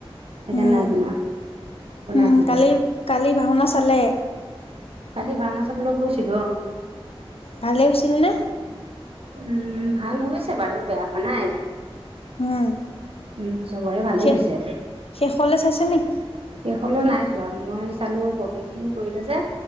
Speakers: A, on the right; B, on the left.
A: সেইকাৰণে
B: উম
A: নাই বনোৱা বনা
B: উম
A: তহতে
B: কালি কালি ভাওনা চালে?
A: কালি ভাওনা চাবলৈ গৈছিলো অ
B: ভালে হৈছিল নে?
A: উম ভাল হৈছে বাৰু বেয়া হোৱা নাই
B: উম,
A: উম চবৰে ভালেই
B: শেষ
A: হৈছে
B: শেষলে
A: শেষলৈ
B: চাইছে
A: চাইছা নেকি শেষলৈ নাই চোৱা মই চালো প্ৰৱেশ খিনি কৰিলে যে